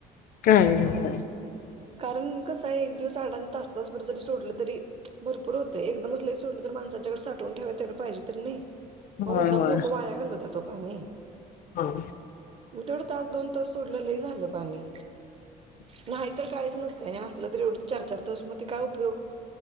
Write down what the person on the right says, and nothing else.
कारण कसं आय एक दिवस आडाण् तास तासभर जरी सोडलं तरी भरपूर हो त एकदमच लई सोडलं तर माणसान जेवढं साठवून ठेवाय तेवढं पाहिजे तर नई. म
मुद्दाम
लोकं वाया घालवतात ओ. पाणी
उतवड तास दोन तास सोड लं लय झालं पाणी. नाही नस्त, आसलं तरी एवढं चार चार तास म ते काय उपयोग.